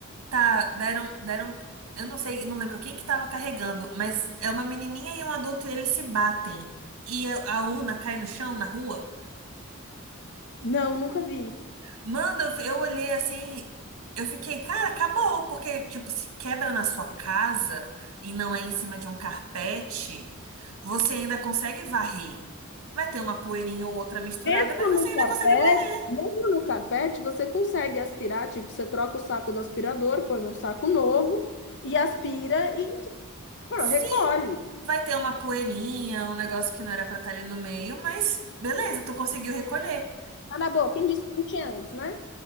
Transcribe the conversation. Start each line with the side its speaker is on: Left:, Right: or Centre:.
Right: Tá, deram, deram, eu não sei, não lembro quem que tava carregando, mas é uma menininha e um adulto e eles se batem. E a, a urna cai no chão, na rua.
Left: Não, nunca vi.
Right: Mano, eu, f- eu olhei assim, eu fiquei, cara, acabou, porque, tipo, se quebra na sua casa e não é em cima de um carpete, você ainda consegue varrer. Vai ter uma poeirinha ou outra misturada,
Left: Mesmo
Right: mas você
Left: no
Right: ainda
Left: carpete,
Right: consegue varrer.
Left: mesmo no carpete, você consegue aspirar, tipo, você troca o saco do aspirador, põe um saco novo e aspira e tu- pô,
Right: Sim,
Left: recolhe.
Right: vai ter uma poeirinha, um negócio que não era pra estar ali no meio, mas beleza, tu conseguiu recolher.
Left: Tá na boa, quem disse que não tinha antes, né?